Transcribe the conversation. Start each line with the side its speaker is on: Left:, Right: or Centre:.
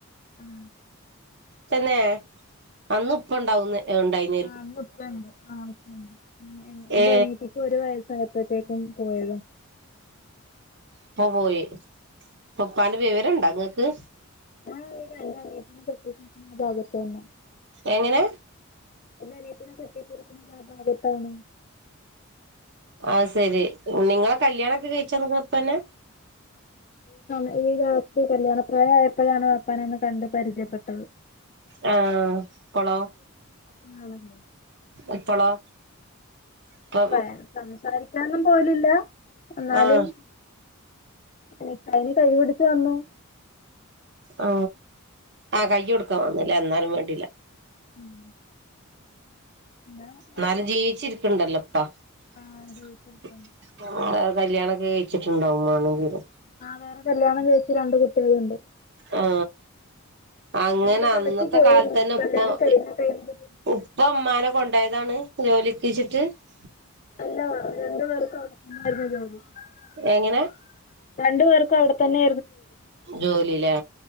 Left: ഉം
Right: തന്നെ അന്ന് ഉപ്പാ ഒണ്ടാവുന്ന ഒണ്ടായിന്
Left: ആ അന്ന് ഉപ്പോണ്ട് ആ ഉപ്പേണ്ട് എന്ന്
Right: ഏ
Left: എൻ്റെ അനിയത്തിക്ക് ഒര് വയസായപ്പോഴത്തേക്കും <unintelligible>
Right: ഉപ്പാ പോയി ഉപ്പാൻ്റെ വിവരോണ്ട് ഇങ്ങക്ക്
Left: <unintelligible> തന്നെ
Right: എങ്ങനെ?
Left: എൻ്റെ അനിയത്തീനെ കെട്ടിച്ചിരിക്കുന്നത് ആ ഭാഗത്താണ്.
Right: അത് ശരി നിങ്ങളെ കല്യാണൊക്കെ കഴിച്ചന്ന്ക്ക്ണ് പ്പന്നെ?
Left: <unintelligible> കല്ല്യാണപ്രായയപ്പഴാണ് വാപ്പാനൊന്ന് കണ്ട്‌ പരിജയപ്പെട്ടത്.
Right: ആ പ്പളോ?
Left: ആണല്ലോ.
Right: ഇപ്പളോ? ഇപ്പം
Left: <unintelligible> സംസാരിക്കാനും പോകലില്ല. എന്നാലും
Right: ആഹ്
Left: നിക്കാഹിന് കൈ പിടിച്ച് വന്നു
Right: ആ ആ കയ് കൊടുക്കാൻ വന്നില്ലേ ന്നാലും വേണ്ടില്ല
Left: ഉം. എന്നാ
Right: ന്നാലും
Left: ആയിക്കോട്ടെ
Right: ജീവിച്ചിരിക്കണ്ടല്ലോ പ്പ.
Left: ആ
Right: <unintelligible>
Left: ജീവിച്ചിരിക്കുന്നു.
Right: കല്യാണൊക്കെ കയച്ചിട്ടുണ്ടാവും വാണെങ്കില്.
Left: ആ വേറെ കല്യാണം കയിച്ച് രണ്ട് കുട്ടികള് ണ്ട്.
Right: ആ അങ്ങനെ
Left: ഞങ്ങളവിടെ
Right: അന്നത്തെ
Left: ഇടക്ക് പോയിരുന്നു
Right: കാലത്ത് തന്നെ
Left: കല്യാണം
Right: പ്പം
Left: കഴിഞ്ഞ ടൈമില്
Right: ഉപ്പ മ്മാനെ കൊണ്ടയതാണ് <unintelligible>
Left: അ ല്ല രണ്ടു പേർക്കും <unintelligible>
Right: എങ്ങനെ
Left: <inaudible> രണ്ടു പേർക്കും അവിടെത്തന്നെ
Right: ജോലിലെ